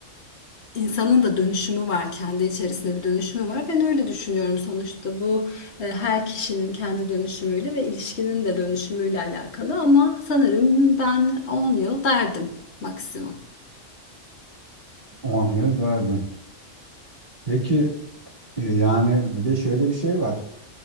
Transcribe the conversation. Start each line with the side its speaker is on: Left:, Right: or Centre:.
Left: İnsanın da dönüşümü var, kendi içerisinde bir dönüşümü var. Ben öyle düşünüyorum sonuçta bu e, her kişinin kendi dönüşümüyle ve ilişkinin de dönüşümüyle alakalı ama sanırım ben 10 yıl derdim maksimum.
Right: 10 yıl daha dön. Peki e, yani bir de şöyle bir şey var.